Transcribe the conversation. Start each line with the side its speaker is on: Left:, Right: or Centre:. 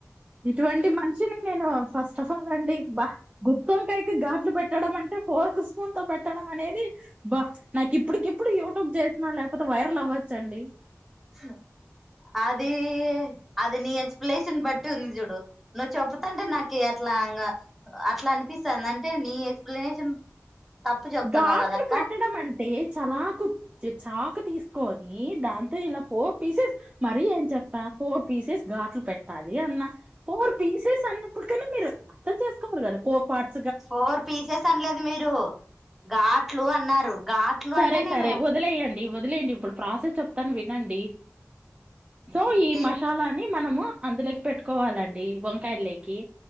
Right: ఇటువంటి మంచిని నేను ఫస్ట్ ఫ్ల్ అండి బా గుత్తంవోయకి ఘాట్లు పెట్టడం అంటే పోర్క్ స్పూన్ తో పెట్టడం, అనేది బా నాకు ఇప్పటికిప్పుడు యూట్యూబ్ చేసిన లేకపోతే వైరల్ అవ్ చ్చండి
Centre: హ అది అది నీ ఎక్స్ప్లనేషన్ బట్టి ఉంది చూడు నువ్వు చెప్తంటే నాకు అట్లా అలాగ అట్లా అనిపిస్తది, అంటే నీ ఎక్స్ప్లెనేషన్ తప్పు చెప్తున్నావు
Right: ఘాట్లు
Centre: కదక్క
Right: పెట్టడం అంటే చలాకు చాకు తీసుకొని దాంతో ఇలా పోట్ పీసెస్ మరి ఏం చెప్పా ఫోర్ పీసెస్ ఘాట్లు పెట్టాలి అన్న ఫోర్ పీసెస్ అన్న ఇప్పుటికన్నా మీరు అర్థం చేసుకోవాలి కదా ఫోర్ పాట్
Centre: ఫోర్ పీసెస్ అనలేదు, మీరు ఘాట్లు అన్నారు ఘాట్లు
Right: సరే
Centre: అంటే నేను
Right: సరే వదిలేయండి వదిలేడి ఇప్పుడు ప్రాసెస్ చెప్తాను, వినండి సో
Centre: ఓకే
Right: ఈ మసాలాని మ మనము అందులోకి పెట్టుకోవాలండి వంకాయ లేకి